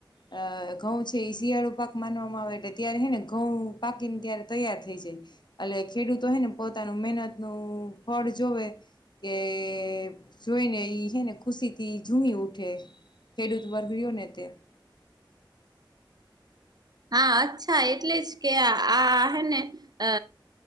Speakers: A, on the left (about 60°); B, on the right (about 50°).
A: અ ઘઉં છે એ શિયાળુ પાક માનવામાં આવે એટલે ત્યારે હે ને ઘઉં પાકીને ત્યારે તૈયાર થઈ જાય. એટલે ખેડૂતો હય ને પોતાનું મહેનત નું ફળ જોવે, કે જોઈને એ હ ને ખુશીથી ઝૂની ઉઠે, ખેડૂત વર્ગઓ ને તે.
B: હા અચ્છા એટલે જ કે આ ને અ